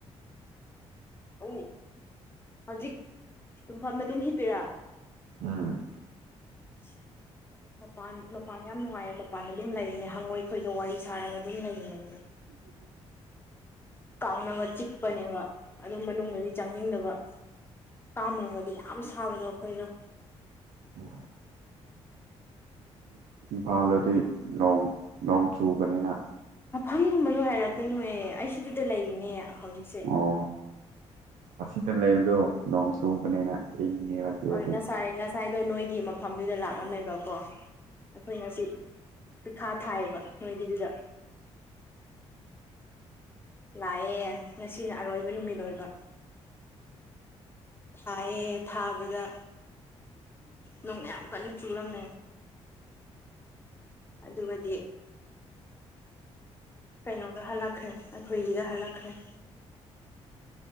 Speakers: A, on the left (about 20°); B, on the right (about 75°).
A: ꯑ ꯍꯧꯖꯤꯛ ꯇꯨꯝꯐꯝꯅ ꯑꯗꯨꯝ ꯍꯤꯞꯄꯤꯔ
B: ꯎꯝ
A: ꯑ ꯃꯄꯥꯟ ꯃꯄꯥꯟ ꯌꯥꯝ ꯅꯨꯡꯉꯥꯏꯌꯦ ꯃꯄꯥꯟ ꯑꯗꯨꯝ ꯂꯩꯔꯤꯅꯦ ꯍꯪꯉꯣꯏꯈꯣꯏꯒ ꯋꯥꯔꯤ ꯁꯥꯔꯒ ꯑꯗꯨꯝ ꯂꯩꯔꯤꯅꯦ ꯑꯗꯣ ꯀꯥꯎꯅꯕ ꯆꯤꯛꯄꯅꯦꯕ ꯑꯗꯨꯝ ꯃꯅꯨꯡꯗꯗꯤ ꯆꯪꯅꯤꯡꯗꯕ ꯄꯥꯝꯃꯒꯗꯤ ꯌꯥꯝ ꯁꯥꯕꯗꯣ ꯑꯩꯈꯣꯏꯗꯣ
B: ꯑ ꯏꯝꯐꯥꯜꯗꯗꯤ ꯅꯣꯡ ꯅꯣꯡ ꯆꯨꯕꯅꯤꯅ
A: ꯐꯝꯒꯨꯝꯕꯅꯣ ꯍꯥꯏꯔꯛꯀꯅꯨꯌꯦ ꯑꯩꯁꯨꯗꯨꯗ ꯂꯩꯔꯤꯅꯦ ꯍꯧꯖꯤꯛꯁꯦ
B: ꯑꯣ ꯑꯁꯤꯗ ꯂꯩꯕꯗꯣ ꯅꯣꯡ ꯆꯨꯕꯅꯤꯅ ꯏꯪꯉꯦꯕ ꯁꯤꯗꯗꯤ
A: ꯍꯣꯏ ꯉꯁꯥꯏ ꯉꯁꯥꯏꯗꯣ ꯅꯣꯏꯒꯤ ꯃꯐꯝꯗꯨꯗ ꯂꯥꯛꯂꯝꯝꯃꯦꯕꯀꯣ ꯑꯩꯈꯣꯏ ꯉꯁꯤ ꯄꯤꯈꯥ ꯊꯥꯏꯑꯕ ꯅꯣꯏꯒꯤꯗꯨꯗ ꯂꯥꯛꯑꯦ ꯉꯁꯤꯅ ꯑꯔꯣꯏꯕ ꯅꯨꯃꯤꯠ ꯑꯣꯏꯕ ꯊꯥꯏꯌꯦ ꯊꯥꯕꯗ ꯅꯣꯡ ꯃ ꯀꯟꯅ ꯆꯨꯔꯝꯃꯦ ꯑꯗꯨꯒꯗꯤ ꯀꯩꯅꯣꯗ ꯍꯜꯂꯛ ꯑꯩꯈꯣꯏꯒꯤꯗ ꯍꯜꯂꯛ ꯍꯥꯏ